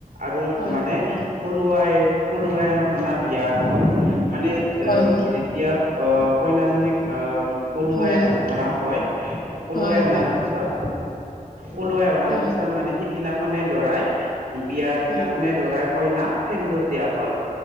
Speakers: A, on the right; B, on the left.
A: আৰু
B: হয়, হয়,
A: মানে
B: হয়,
A: পলুৱাই পলুৱাই অনা বিয়া হয়। মানে এ
B: হয়, হয়,
A: যেতিয়া অ কইনাজনীক আহ পলুৱাই
B: হয়,
A: অনা হয়। পলুৱাই
B: হয়,
A: অনাৰ পিছত পলুৱাই অনাৰ
B: হয়,
A: পিছত মানে সিদিনাখনে ধৰাই বিয়াৰ
B: হয়,
A: দিনাখনে দৰাই কইনাক সেন্দুৰ দিয়া হয়